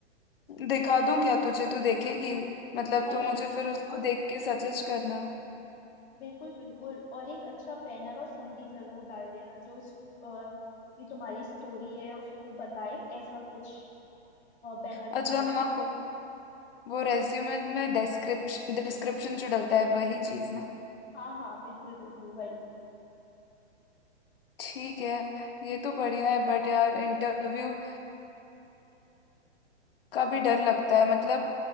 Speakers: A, on the left; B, on the left.
A: दिखा दूं क्या तुझे तू देखेगी मतलब
B: अरे
A: तू मुझे फिर
B: हाँ
A: उसको
B: हाँ
A: देख के सजेस्ट करना
B: बिल्कुल बिल्कुल और एक अच्छा बैनर और समरी जरूर डाल देना जो उस, अ, भी तुम्हारी स्टोरी है उसको बताए ऐसा कुछ बैनर
A: अच्छा
B: बना लेना
A: हाँ वो वो रेज्यूमे में डिस्क्रिप्शन डिस्क्रिप्शन जो डलता है वही चीज ना
B: हाँ हाँ बिल्कुल बिल्कुल वही
A: ठीक है ये तो बढ़िया है बट यार इंटरव्यू का भी डर लगता है मतलब